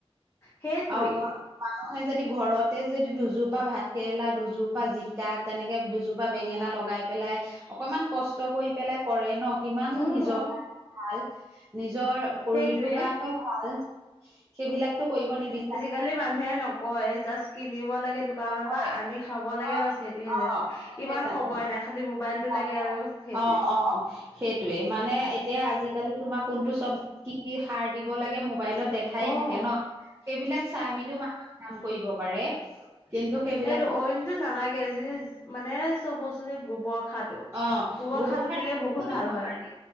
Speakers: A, on the left; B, on the right.
A: সেইটোৱে
B: আও গ। মানুহে যদি ঘৰতে যদি দুজোপা ভাত কেৰেলা দুজোপা জিকা তেনেকে দুযো। পা বেঙেনা লগাই পেলাই অকমান। কষ্ট কৰি পেলাই কৰে ন কিমান
A: উম
B: নিজৰ কাৰণে ভাল। নিজৰ শৰীৰটো
A: সেইটোৱে
B: কাৰণেও ভাল সেইবিলাকতো কৰিব নিবি।
A: কালি মানুহে নকয় জাষ্ট কিনিব লাগে দোকানৰ
B: নকৰে
A: পৰা আনি খাব
B: নহয়।
A: লাগে বাছ সেইটোহে
B: অ
A: জানে।
B: সেইটোৱে
A: ইমান
B: জানে
A: সময় নাই খালি মোবাইলতটো
B: নাই
A: লাগে
B: নাই
A: আৰু হে।
B: অ -অ -সেইটোয়ে মানে এতিয়া আজিকালি তোমাক কোনটো চবজিতিত কি কি সাৰ দিব লাগে মু। বাইলত দেখাই
A: অ'।
B: থাকে ন সেইবিলাক চাই মেলিও মানুহক কাম কৰিব পাৰে। কিন্তু সেইবিলাকে
A: সেইটো অইনটোত নালাগে যি মানে। চব বস্তু যে গোবৰ সাৰটো
B: অ',
A: গোবৰ সাৰটো
B: সাৰ
A: দিলে বহুত ভাল
B: উপকাৰী,
A: হয় আমা।